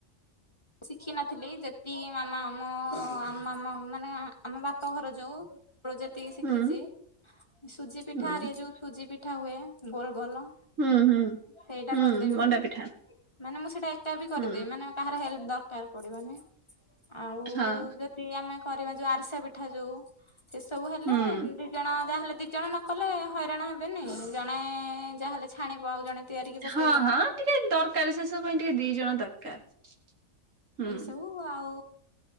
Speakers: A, on the left (about 20°); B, on the right (about 70°).
A: ଶିଖିନଥିଲି ଯେତିକି ମାମା ଆମ ମାମା ମାନେ ଆମ ବାପା ଘର ଯଉ ପୋ ଯୋତିକି ଶିଖିଛି
B: ହୁଁ
A: ସୁଜି ପିଠା
B: ହୁଁ
A: ଆଏ ଯୋଉ ସୁଜି ପିଠା ହୁଏ ଗୋଲ ଗୋଲ
B: ହୁଁ ହୁଁ
A: ସେଇଟା
B: ହୁଁ
A: କରିଦେବି
B: ମଣ୍ଡା ପିଠା
A: ମାନେ ମୁଁ ସେଇଟା ଏକା ବି କରିଦେବି
B: ହୁଁ
A: ମାନେ କାହାର ହେଲ ଦରକାର ପଡିବନି ଆଉ
B: ହଁ
A: ଯଦି ଆମେ କରିବା ଯୋଉ ଆରିସା ପିଠା ଯୋଉ। ସେ ସବୁ ହେଲେ
B: ହୁଁ
A: ଦି ଜଣ ଯାହାହେଲେ ଦି ଜଣେ ନକଲେ ହଇରାଣ ହେବେନି ଜଣେ ଯାହାହେଲେ ଛାଣିବ ଆଉ ଜଣେ ତିଆରିକି ପକେଇବ
B: ହଁ ହଁ ଟିକେ ଦରକାର ଶେଷବୁ ପାଇଁ ଟିକେ ଦି ଜଣ ଦରକାର। ହୁଁ
A: ଏସବୁ। ଆଉ